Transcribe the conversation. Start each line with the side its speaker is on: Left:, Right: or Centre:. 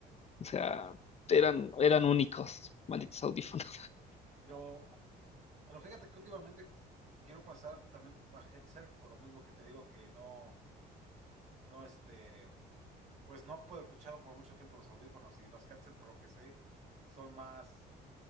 Left: O sea, eran, eran únicos, malditos audífonos.
Right: Pero, pero fíjate que últimamente quiero pasar también a headset, por lo mismo que te digo que no, no este, pues no puedo escuchar por mucho tiempo los audífonos y los headset, por lo que sé, son más